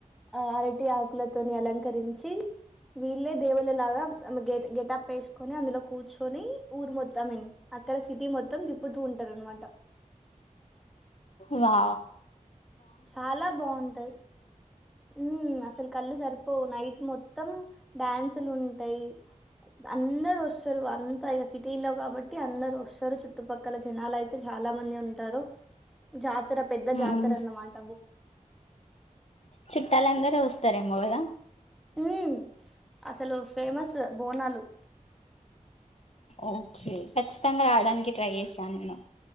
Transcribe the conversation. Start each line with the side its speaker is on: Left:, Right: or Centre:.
Centre: ఆ అరటి ఆకులతోని అలంకరించి వీళ్ళే దేవుళ్ళలాగా గె గెటప్ ఎసుకొని అందులో కూర్చొనీ ఊరు మొత్తం ఐ మీన్ అక్కడ సిటీ మొత్తం తిప్పుతూ ఉంటారు అనమాట
Left: వా
Centre: చాలా బాగుంటాది మ్మ్ అసలు కళ్ళు సరిపోవు నైట్ మొత్తం డ్యాన్సులు ఉంటాయి అందర్ వస్తు త్తరు అంతా ఇక సిటీల్లో కాబట్టి అందరుూ ఒస్తరు చుట్టుపక్కల జనాలు అయితే చాలా మంది ఉంటారు జాతర పెద్ద జాతర
Left: ఉమ్
Centre: అన్నమాట్
Left: చుట్టాలందరూ వస్తారేమో కదా
Centre: ఊ అసలు ఫేమస్ బోనాలు
Left: ఓకే ఖచ్చితంగా రావడానికి ట్రై చేస్తా నేను